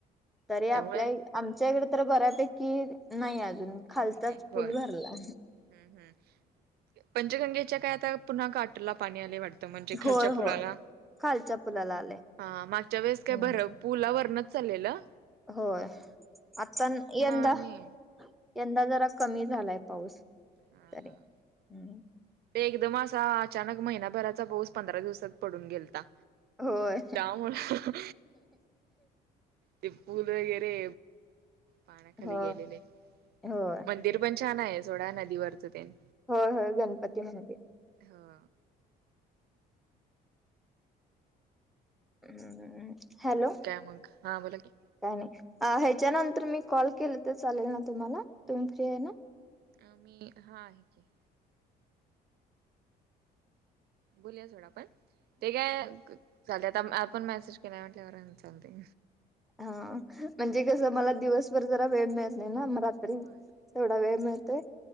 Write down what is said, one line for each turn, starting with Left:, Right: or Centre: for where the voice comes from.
Centre: तरी
Right: त्यामुळे
Centre: आपल्या आमच्या इकड तर बऱ्यापैकी नाय अजून. खालचाच
Right: नाही होय
Centre: पूल भरला.
Right: हम्म हम्म. पंचगंगेच्या काय आता पुन्हा काटला पाणी आलय वाटतं म्हणजे खालच्या
Centre: होय
Right: पुलाला?
Centre: होय खालच्या पुलाला आले
Right: हा मागच्या वेळेस काय
Centre: हम्म
Right: बर पुला वरनचं चाल्लेलं.
Centre: होय, आता यंदा
Right: आणि
Centre: यंदा जरा कमी झालाय पाऊस तरी
Right: हा हा.
Centre: हम्म.
Right: ते एकदम असा अचानक महिनाभराचा पाऊस पंधरा दिवसात पडून गेलता.
Centre: होय
Right: त्यामुळं ते पूल वगैरे पाण्याखाली
Centre: हो
Right: गेलेले
Centre: होय
Right: मं दिर पण छान आहे सोडा नदीवरचं तेन.
Centre: होय होय गणपती मंदिर.
Right: हा.
Centre: हम्म. हॅलो
Right: अजून काय मग? हा बोला की.
Centre: काय नाही अ ह्याच्यानंतर मी कॉल केल तर चालेल ना तुम्हाला तुम्ही फ्री आहे ना.
Right: आ मी हा आहे की. बोलुया सोडा आपण ते काय चालते आता पण मेसेज केलाय म्हटल्यावर चालते.
Centre: हा म्हणजे कसं मला दिवसभर जरा वेळ मिळत नाही ना म रात्री
Right: होय
Centre: तेवढा वेळ मिळतोय